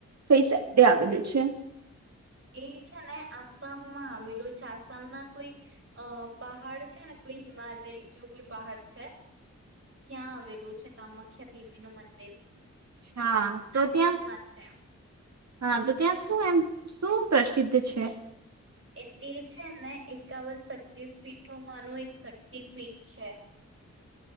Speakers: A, on the right; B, on the right.
A: કઈ સાઈડે આવેલું છે.
B: એ છેને, આસામમાં આવેલું છે, આસામ ના કોઈ અ પહાડ છેને. કોઈ હિમાલય, જો કોઈ પહાડ છે, ત્યાં આવેલું છે. કમાખ્યા દેવી, નું મંદિર
A: હા તો
B: આસમમાં
A: ત્યાં
B: છે.
A: હા, તો ત્યાં શું એમ શું પ્રસિદ્ધ છે.
B: એ તે છેને, એકાવન શક્તિ પીઠોમાં નુ એક શક્તિપીઠ છે.